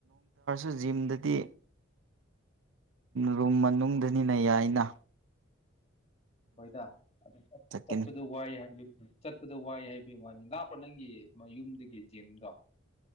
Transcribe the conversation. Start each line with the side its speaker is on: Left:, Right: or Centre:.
Right: ꯨ ꯖꯤꯝꯗꯗꯤ ꯔꯨꯝ ꯃꯅꯨꯡꯗꯅꯤꯅ ꯌꯥꯏ ꯑꯩꯅ
Left: ꯍꯣꯏꯗ ꯑꯗꯨ
Right: ꯆꯠꯀꯅꯤ
Left: ꯆꯠꯄꯗꯨ ꯋꯥꯏ ꯍꯥꯏ ꯆꯠꯄꯗ ꯋꯥꯏ ꯍꯥꯏꯕ ꯋꯥꯅꯤ ꯂꯥꯞꯄ꯭ꯔꯥ ꯅꯪꯒꯤ ꯌꯨꯝꯗꯒꯤ ꯖꯤꯝꯗꯣ